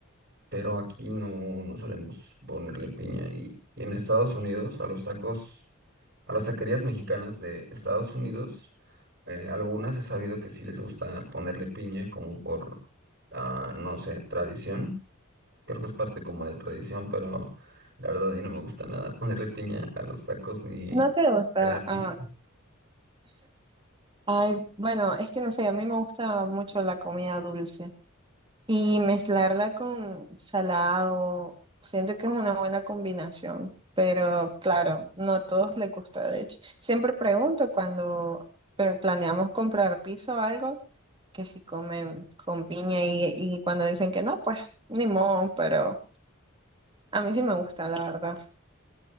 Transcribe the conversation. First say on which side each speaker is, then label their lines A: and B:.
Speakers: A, on the right (about 50°); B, on the right (about 25°).
A: pero aquí no, no solemos ponerle piña. Y, y en Estados Unidos, a los tacos, a las taquerías mexicanas de Estados Unidos, eh, algunas he sabido que sí les gusta ponerle piña, como por, ah, no sé, tradición. Creo que es parte como de tradición, pero la verdad a mí no me gusta nada <laughs> ponerle piña a los tacos ni
B: ¿No te gusta?
A: a la pizza.
B: Ah, ay, bueno, es que no sé, a mí me gusta mucho la comida dulce y mezclarla con salado, siento que es una buena combinación, pero claro, no a todos les gusta, de hecho. Siempre pregunto cuando pe- planeamos comprar piso o algo, que si comen con piña y, y cuando dicen que no, pues ni modo, pero a mí sí me gusta, la verdad.